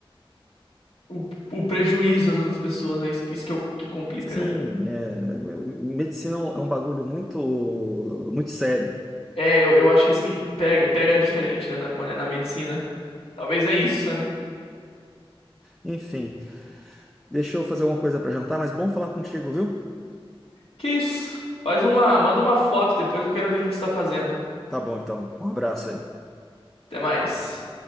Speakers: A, on the left (about 80°); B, in the centre.
A: O, o prejuízo das outras pessoas, né? Isso, isso que, é o que complica,
B: Sim,
A: né?
B: é, medicina é um bagulho muito, muito sério.
A: É, eu, eu acho que assim, pega, pega diferente, né? na- quando é na medicina. Talvez é isso, sabe?
B: Enfim, deixa eu fazer alguma coisa para jantar, mas bom falar contigo, viu?
A: Que isso? Faz uma, manda uma foto depois, eu quero ver o que que você tá fazendo.
B: Tá bom, então. Um abraço aí.
A: Até mais.